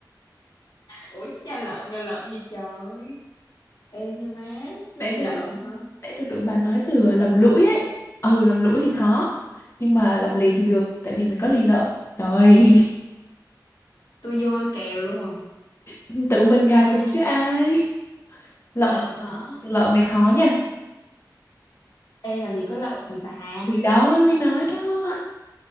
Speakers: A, on the left (about 70°); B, on the left (about 35°).
A: Ủa chứ cha lợm là lợm gì trời? Ê nha má,
B: Nãy
A: lợm
B: tôi tưởng,
A: hả?
B: nãy tôi tưởng bà nói từ ờ, lầm lũi ấy. Ừ, lầm lũi thì khó. Nhưng mà lầm lì thì được, tại vì mình có lì lợm. Rồi,
A: Tôi vô tôi kèo luôn rồi.
B: <laughs> tự mình gài
A: Ta,
B: mình chứ ai. Lợm,
A: lợm hả?
B: từ lợm này khó nha.
A: Ê làm gì có lợm gì bà?
B: Thì đó, mới nói đó.